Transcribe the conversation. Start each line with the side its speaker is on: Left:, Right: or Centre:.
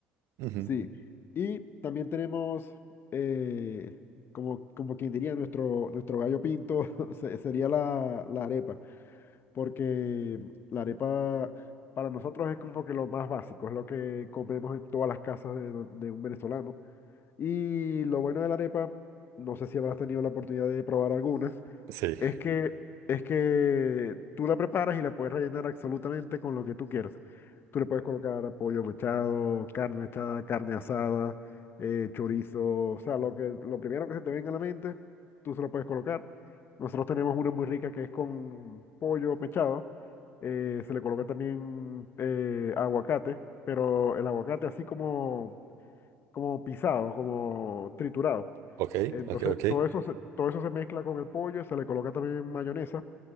Right: Ujú,
Left: Sí, y también tenemos, eh, como, como quien diría, nuestro, nuestro gallo pinto <laughs> se- sería la, la arepa, porque la arepa para nosotros es como que lo más básico, es lo que comemos en todas las casas de, do- de un venezolano. Y lo bueno de la arepa, no sé si habrás tenido la oportunidad de probar alguna,
Right: Sí,
Left: es que, es que tú la preparas y la puedes rellenar absolutamente con lo que tú quieras. Tú le puedes colocar pollo mechado, carne mechada, carne asada, eh, chorizo, o sea, lo que, lo primero que se te venga a la mente, tú se lo puedes colocar. Nosotros tenemos una muy rica que es con pollo mechado. eh, se le coloca también eh, aguacate, pero el aguacate así como como pisado, como triturado.
Right: ok,
Left: Entonces,
Right: ok, ok.
Left: todo eso se, todo eso se mezcla con el pollo, se le coloca también mayonesa,